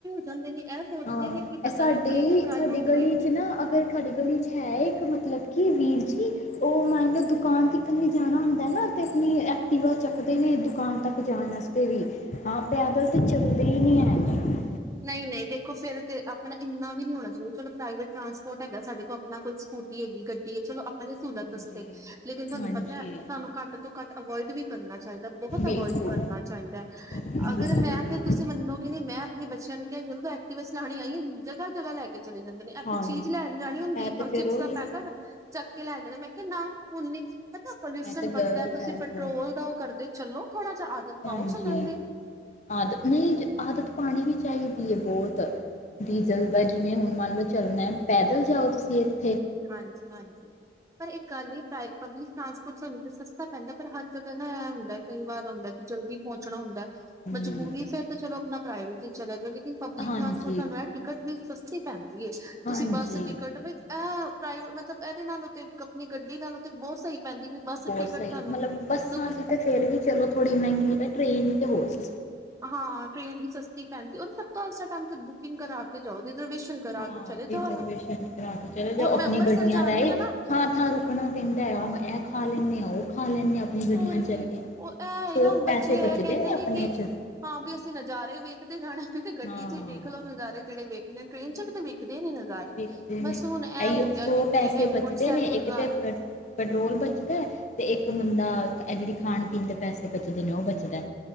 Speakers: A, on the right; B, on the left.
A: ਜਾਂਦੇ ਨੇ ਇਹ ਸੋਚਦੇ
B: ਹਾਂ
A: ਨੇ ਕਿ ਪਤਾ
B: ਐ ਸਾਡੇ
A: ਨੀ ਕੀ ਇੱਕ
B: ਈ
A: ਗੱਲ
B: ਸਾਡੀ
A: ਹੋ
B: ਗਲੀ
A: ਗਈ
B: ਚ ਨਾ ਅਗਰ ਸਾਡੇ ਗਲੀ ਚ ਹੈ ਇੱਕ ਮਤਲਬ ਕਿ ਵੀਰ ਜੀ ਓ ਮੰਨ ਲੌ ਦੁਕਾਨ ਤੱਕ ਵੀ ਜਾਣਾ ਹੁੰਦਾ ਨਾ ਤੇ ਆਪਣੀ ਐਕਟੀਿਵਾ ਚੁਕਦੇ ਨੇ ਦੁਕਾਨ ਤੱਕ ਜਾਣ ਵਾਸਤੇ ਵੀ ਹਾਂ ਪੈਦਲ ਤੇ ਚੱਲਦੇ ਈ ਨੀ ਹੈਗੇ
A: ਨਈ ਨਈ ਦੇਖੋ ਫਿਰਰ ਤੇ ਆਪਣਾ ਇੰਨਾ ਵੀ ਨ ਨਹੀਂ ਹੋਣਾ ਚਾਹੀਦਾ ਚਲੋ ਪ੍ਰਾਈਵੇਟ ਟਰਾਂਸਪੋਰਟ ਹੈਗਾ ਸਾਡੇ ਕੋਲ ਆਪਣਾ ਕੋਈ ਸਕੂਟੀ ਹੈਗੀ ਗੱਡੀ ਹੈ ਚਲੋ ਆਪਾਂ ਦੀ ਸਹੂਲਤ
B: ਹਾਂਜੀ,
A: ਲੇਕਿਨ ਤੁਹਾਨੂੰ
B: ਹਾਂਜੀ
A: ਪਤਾ ਸਾਨੂੰ ਘੱਟ ਤੋਂ ਘੱਟ ਅਵੋਇਡ ਵੀ ਕਰਨਾ ਚਾਹੀਦਾ ਬਹੁਤ
B: ਬਿਲਕੁਲ,
A: ਅਵੋਇਡ ਕਰਨਾ ਚਾਹੀਦਾ
B: ਬਿਲਕੁਲ,
A: ਅਗਰ ਮੈਂ
B: ਬਿਲਕੁਲ।
A: ਤੇ ਤੁਸੀਂ ਮੰਨੋਗੇ ਨੂੰ ਮੈਂ ਆਪਣੇ ਬੱਚਿਆਂ ਨੂੰ ਕਿਹਾ ਜਦੋਂ ਐਕਟੀਵਸ ਕਹਾਣੀ ਆਈ <unintelligible> ਜਗਾ ਜਗਾ ਲੈ ਕੇ ਚਲੇ ਜਾਂਦੇ ਨੇ ਐ
B: ਹਾਂਜੀ,
A: ਥੇ ਚੀਜ਼ ਲੈਣ ਜਾਣੀ ਹੁੰਦੀ
B: ਇਹ ਤੇ ਫੇਰ
A: ਚਿਪਸ
B: ਉਹੀ
A: ਦਾ ਪੈਕਟ
B: ਇਹ
A: ਚੱਕ ਕੇ ਲੈ ਜਾਣਾ ਮੈਂ ਕਿਹਾ ਨਾ ਹੁਣ ਨੀ, ਪਤਾ ਪੋਲਿਊਸ਼ਨ
B: ਤੇ
A: ਵੱਧਦਾ
B: ਗ਼ਲਤ
A: ਤੁਸੀਂ
B: ਹੈ ਅੱਗੋਂ
A: ਪੈਟਰੋਲ ਦਾ ਔ ਕਰਦੇ। ਚੱਲੋ। ਥੋੜਾ ਜਾ ਆਦਤ ਪਾਓ
B: ਹਾਂਜੀ।
A: ਸੁਣਨ ਦੀ,
B: ਆਦਤ ਨਈ ਆਦਤ ਪਾਣੀ ਵੀ ਚਾਈਦੀ ਹੈ ਬਹੁਤ ਡੀਜ਼ਲ ਦਾ ਜਿਵੇਂ ਹੁਣ ਮੰਨ ਲਓ ਚੱਲਣਾ ਪੈਦਲ ਜਾਓ ਤੁਸੀਂ ਇਹ,
A: ਹਾਂਜੀ-ਹਾਂਜੀ ਪਰ ਇੱਕ, ਕੱਲ ਏ ਪ੍ਰਾਈਵੇਟ ਪਬਲਿਕ ਟਰਾਂਸਪੋਰਟ ਸਾਨੂੰ ਸਸਤਾ ਪੈਂਦਾ ਪਰ ਹਰ ਜਗ੍ਹਾ ਨਾ ਐ ਹੁੰਦਾ ਕਈ ਵਾਰ ਹੁੰਦਾ ਕਿ ਜਲਦੀ ਪੋਂਚਨਾ ਹੁੰਦਾ।
B: ਹੂੰ,
A: ਮਜਬੂਰੀ ਫੇਰ ਤਾਂ ਚਲੋ ਆਪਣਾ। ਪ੍ਰਾਈਵੇਟ ਟੀਚਰ <unintelligible> ਕਿ ਪਬਲਿਕ
B: ਹਾਂਜੀ,
A: ਟਰਾਂਸਪੋਰ ਦਾ ਏ ਟਿਕਟ ਵੀ ਸਸਤੀ ਪੇਨ ਏ
B: ਹਾਂਜੀ।
A: ਤੁਸੀਂ ਬੱਸ ਟਿਕਟ ਵੀ ਐ ਪ੍ਰਾਈਵੇਟ ਮਤਲਬ ਇਹਦੇ ਨਾਲੋ ਤੇ ਆਪਣੀ ਗੱਡੀ ਨਾਲ ਬਹੁਤ ਸਹੀ। ਪੈਂਦੀ ਕਿ ਬੱਸ
B: ਬਹੁਤ
A: ਟਿਕਟ
B: ਸਹੀ,
A: ਸਾਨੂੰ
B: ਮਤਲਬ ਬੱਸਾਂ
A: ਸਗੋਂ
B: ਦੀ ਤੇ ਫੇਰ ਵੀ ਚਲੋ ਥੋੜ੍ਹੀ ਮਹਿੰਗੀ। ਟ੍ਰੇਨ ਦੀ ਤੇ ਹੋਰ ਸ
A: ਹਾਂ ਟ੍ਰੇਨ ਦੀ ਸਸਤੀ ਪੈਂਦੀ ਉਹਨੂੰ ਸਭ ਤੋਂ ਅ ਤੁਹਾਨੂੰ ਬੁਕਿੰਗ ਕਰ ਕੇ ਜਾਓ। ਰਿਜ਼ਰਵੇਸ਼ਨ ਕਰਾ
B: ਹਾਂ
A: ਕੇ ਚਲੇ
B: ਰਿਜ਼ਰਵੇਸ਼ਨ
A: ਜਾਓ।
B: ਕਰਾ ਕੇ ਚਲੋ ਜਾਓ
A: ਹੁਣ ਮੈਂ
B: ਆਪਣੀ
A: ਅੰਮ੍ਰਿਤਸਰ
B: ਗੱਡੀਆਂ
A: ਜਾਣੀ
B: ਦਾ
A: ਆ ਨਾ
B: ਥਾਂ ਥਾਂ ਰੁਕਣਾ ਪੈਂਦਾ ਆ ਖਾ ਲੇਨੇ ਆ ਉਹ ਖਾ ਲੈਂਦੇ ਆ ਆਪਣੀ ਗੱਡੀਆਂ
A: ਹੋਰ
B: ਚ
A: ਕੀ
B: ਜਾਈਏ
A: ਉਹ ਇਹ
B: ਸੋ
A: ਨਾ ਬੱਚੇ
B: ਪੈਸੇ
A: ਇਹ
B: ਬਚਦੇ
A: ਕਹਿੰਦੇ ਨੇ
B: ਆਪਣੇ
A: ਕਿ
B: ਚ
A: ਹਾਂ ਵੀ ਅਸੀਂ ਨਜ਼ਾਰੇ ਵੇਖਦੇ ਜਾਣਾ ਨੇ ਤੇ ਗੱਡੀ
B: ਹਾਂ
A: ਚ ਹੀ ਦੇਖ ਲਓ ਨਜ਼ਾਰੇ ਜਿਹੜੇ ਵੇਖ
B: ਉਹੀ
A: ਟ੍ਰੇਨ ਚ ਕਿਤੇੇ
B: ਨਾ
A: ਵੇਖਦੇ ਵੀ ਨੇ ਨਜ਼ਾਰੇ
B: ਵੇਖਦੇ
A: ਬਸ
B: ਨੇ
A: ਹੁਣ ਇਹ
B: ਇਹੀ
A: ਹੋ ਗਿਆ
B: ਸੌ
A: ਕਿ ਇੱਥੇ
B: ਪੈਸੇ
A: ਹੇਮਕੁੰਟ
B: ਬਚਦੇ
A: ਸਾਹਿਬ
B: ਨੇ
A: ਗੁਰਦੁਆਰਾ
B: ਇੱਕ ਤੇ ਪੈਟਰੋਲ ਬਚਦਾ ਤੇ ਇੱਕ ਬੰਦਾ ਇਹ ਜਿਹੜੀ ਖਾਣ ਪੀਣ ਦੇ ਪੈਸੇ ਬਚਦੇ ਨੇ ਉਹ ਬਚਦਾ।